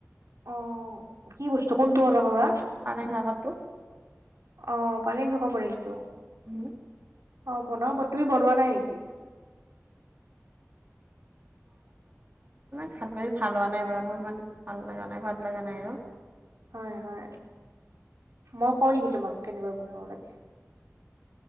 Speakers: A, on the right; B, on the right.
A: অ কি বস্তু? কোনটো কথা ক'লা?
B: পালেং শাকৰটো।
A: অ', পালেং শাকৰ পনীৰটো।
B: উম।
A: অ', বনাওঁ বা তুমি বনোৱা নাই নিকি?
B: ভাল কৰি ভাল হোৱা নাই বাৰু মোৰ ইমান ভাল লাগা নাই সোৱাদ লাগা নাই আৰু।
A: হয়, হয়, মই কওঁ নেকি তোমাক কেনেকৈ বনাব লাগে?